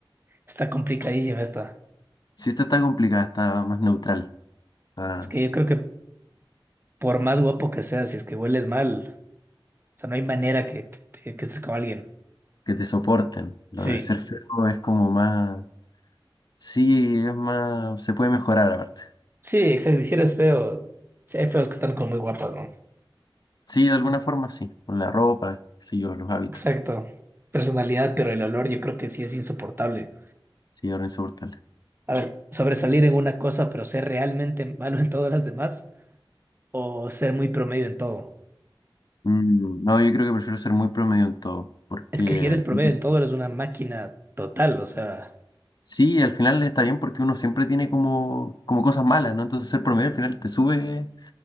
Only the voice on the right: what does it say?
Está complicadísima esta.
Es que yo creo que por más guapo que seas, si es que hueles mal, o sea, no hay manera que, que, te- que estés con alguien.
Sí,
sí, exacto. y Si eres feo, sí, hay feos que están como muy guapos, ¿no?
Exacto. Personalidad, pero el olor yo creo que sí es insoportable.
A ver, sobresalir en una cosa, pero ser realmente malo en todas las demás, o ser muy promedio en todo.
Es que si eres
promedio
en todo, eres una máquina total, o sea,